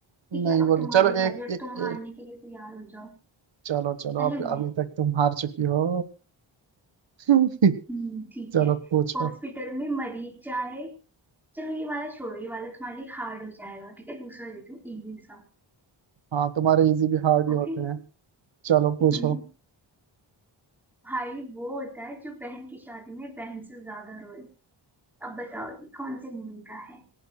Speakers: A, in the centre; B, on the right.
A: ठीक
B: नहीं
A: है अब
B: बोली
A: तुम्हारी
B: चलो
A: बारी
B: एक
A: अब
B: एक,
A: तुम
B: एक
A: हारने के लिए तैयार हो जाओ
B: चलो चलो
A: पहले
B: अब
A: मैं
B: अभी तक तुम हार चुकी हो <laughs>
A: हम्म, ठीक
B: चलो
A: है
B: पूछो
A: हॉस्पिटल में मरीज चाहे चलो ये वाला छोड़ो ये वाला तुम्हारे लिए हार्ड हो जाएगा ठीक है दूसरा देती हूँ इजी सा
B: हाँ तुम्हारे इजी भी हार्ड ही
A: ओके
B: होते हैं चलो
A: <laughs>
B: पूछो
A: भाई वो होता है जो बहन की शादी में बहन से ज्यादा रोए अब बताओ ये कौन से मूवी का है